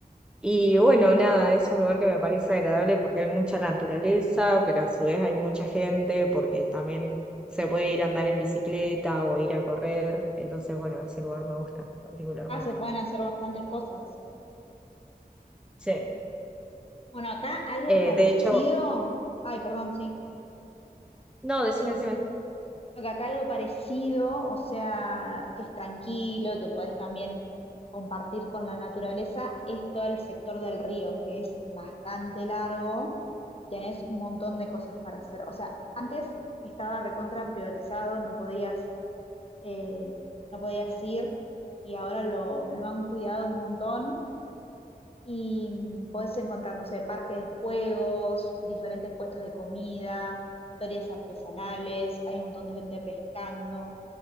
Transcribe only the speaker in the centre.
Y bueno, nada, es un lugar que me parece agradable porque hay mucha naturaleza, pero a su vez hay mucha gente porque también se puede ir a andar en bicicleta o ir a correr. Entonces, bueno, ese lugar me gusta particularmente.
Sí,
Eh,
de hecho,
no, decime, decime.